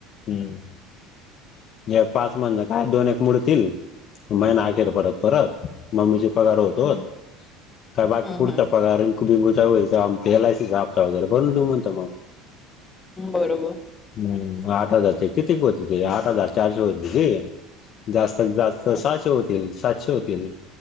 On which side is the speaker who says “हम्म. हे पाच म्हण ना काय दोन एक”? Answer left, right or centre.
Left